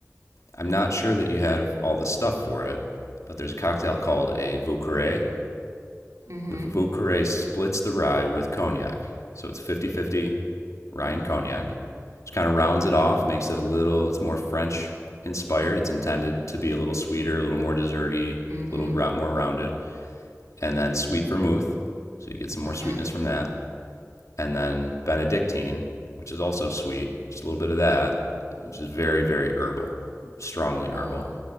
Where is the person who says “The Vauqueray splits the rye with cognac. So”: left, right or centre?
Left